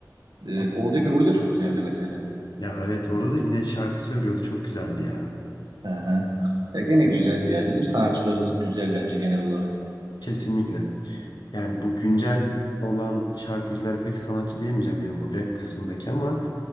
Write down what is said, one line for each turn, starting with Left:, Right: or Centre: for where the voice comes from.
Right: Evet, oradaki rol de çok güzeldi mesela.
Left: Ya evet orada da yine şarkı söylüyordu. Çok güzeldi ya.
Right: Aha. Ya gene güzeldi ya. Bizim sanatçılarımız güzel bence genel olarak.
Left: Kesinlikle. Yani bu güncel olan şarkıcıları pek sanatçı diyemeyeceğim ya bu rap kısmındaki ama